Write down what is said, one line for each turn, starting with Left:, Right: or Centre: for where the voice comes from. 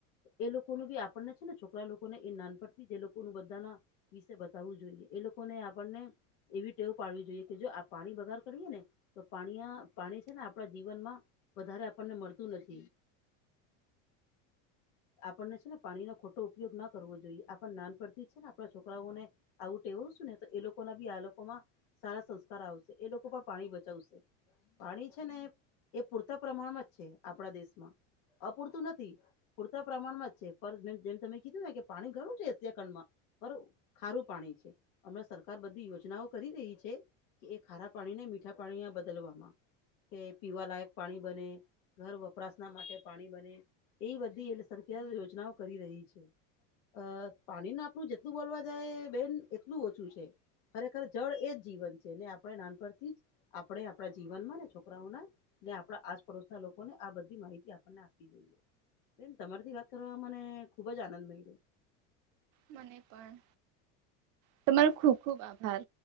Left: એ લોકો ન બી આપણને છે ને છોકરા લોકોને એ નાનપડથી જે લોકો બધાના વિશે બતાવવું જોઈએ એ લોકોને આપણને એવી ટેવ પાડવી જોઈએ કે જો આ પાણી બગાર કરીએે ને તો પાણી પાણી છે ને આપ આપણા જીવન માં વધારે આપણને મળતું નથી. આપણને છે ને પાણીનો ખોટો ઉપયોગ ના કરવો જોઈએ આપણ નાનપણથી જ છે ને આપણા છોકરાઓને આવુંટેવું છું ને તો એ લોકોના બી આ લોકોમાં સારા સંસ્કાર આવશે એ લોકો પણ પાણી બચાવશે. પાણી છે ને એ પૂરતા પ્રમાણમાં જ છે આપણા દેશમાં અપૂરતું નથી. પ્રમાણમાં જ છે પણ બેન જેમ તમે કીધું ને કે પાણી ઘણું છે એશિયા ખંડમાં ખારું પાણી છે હમણાં સરકાર બધી યોજનાઓ કરી રહી છે. કે એ ખારા પાણી ને મીઠા પાણી બદલવામાં. કે પીવાલાયક પાણી બને ઘર વપરાશના માટે પાણી બને એ બધી સરકાર યોજનાઓ કરી રહી છે. અ પાણી ન આપડું જેટલું બોલવા જાય બેન એટલું ઓછું છે. ખરેખર જળ એ જ જીવન છે ને આપણે નાનપણથી જ આપણે આપણા જીવનમાં ને છોકરાઓના ને આપડા આસપડોસના લોકોને આ બધી માહિતી આપન આપી જઈએ. તમારથી વાત કરવાવામાં મને ખુબ જ આનંદ મળય્યો.
Right: મને પણ તમારો ખુબ ખુબ આભાર.